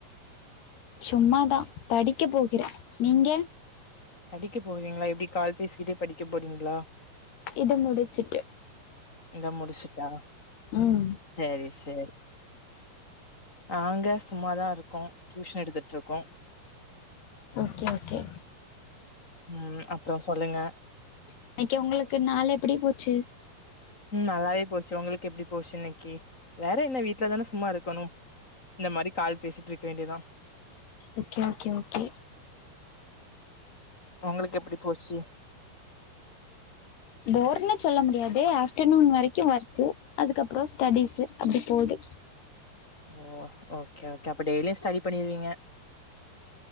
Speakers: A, on the left; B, on the left.
A: சும்மாதான் படிக்க போகிறேன் நீங்க
B: படிக்க போவிங்களா எப்டி கால் பேசிட்டே படிக்க போறீங்களா
A: இது முடிச்சுட்டு
B: இந்தா முடிச்சுட்டா
A: ம்
B: சேரி சேரி நாங்க சும்மாதான் இருக்கோம் டியூஷன் எடுத்துட்டு இருக்கோ
A: ஓகே ஓகே
B: உம் அப்பறம் சொல்லுங்க
A: இன்னைக்கு உங்களுக்கு நாள் எப்படி போச்சு
B: உம் நல்லாவே போச்சு உங்களுக் எப்படி போச்சு இன்னைக்கு வேற என்ன வீட்டல தான சும்மா இருக்கணும் இந்த மாரி கால் பேசிட்டு இருக்க வேண்டியதா
A: ஓகே ஓகே ஓகே
B: உங்களுக்கு எப்படி போச்சு
A: போர்ன்னு சொல்ல முடியாது ஆஃப்டர்நூன் வரைக்கும் ஒர்க்கு அதுக்கப்பறம் ஸ்டடிஸ் அப்படி போது
B: ஓ ஓகே ஓகே அப்ப டெய்லியு ஸ்டடி பண்ணிருவீங்க